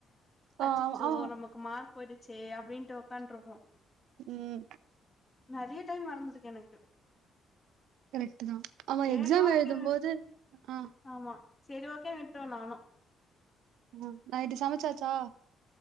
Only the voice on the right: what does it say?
ஆ
ஆமா
ம்
கரெக்ட் தா ஆமா
எக்ஸாம்
எழுதும் போது ஆ
ம் நைய்ட்டு சமச்சாச்சா